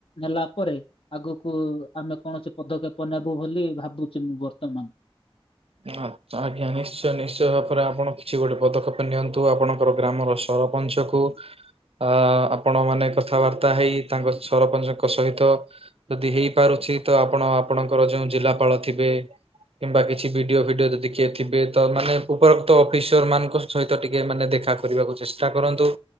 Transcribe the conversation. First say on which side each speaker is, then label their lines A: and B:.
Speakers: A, on the left; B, on the right.
A: ନେଲା ପରେ ଆଗକୁ ଆମେ କୌଣସି ପଦକ୍ଷେପ ନେବୁ ବୋଲି ଭାବୁଛି ମୁଁ ବର୍ତ୍ତମାନ।
B: ଆ ଆଜ୍ଞା ନିଶ୍ଚୟ ନିଶ୍ଚୟ ଭାବରେ ଆପଣ କିଛି ଗୋଟେ ପଦକ୍ଷେପ ନିଅନ୍ତୁ ଆପଣଙ୍କର ଗ୍ରାମର ଅପଞ୍ଚ କୁ ଅ ଆପଣ ମାନେ କଥାବାର୍ତ୍ତା ହେଇ ତାଙ୍କ ସରପଞ୍ଚଙ୍କ ସହିତ ଯଦି ହେଇପାରୁଛି ତ ଆପଣ ଆପଣଙ୍କର ଯୋଉ ଜିଲ୍ଲାପାଳ ଥିବେ କିମ୍ବା କିଛି ଭିଡିଓ ଫିଡିଓ ଯଦି କିଏ ଥିବେ ତ ମାନେ ଉପରୋକ୍ତ ଅଫିସର ମାନଙ୍କ ସହିତ ଟିକେ ମାନେ ଦେଖା କରିବାକୁ ଚେଷ୍ଟା ଚେଷ୍ଟା କରନ୍ତୁ।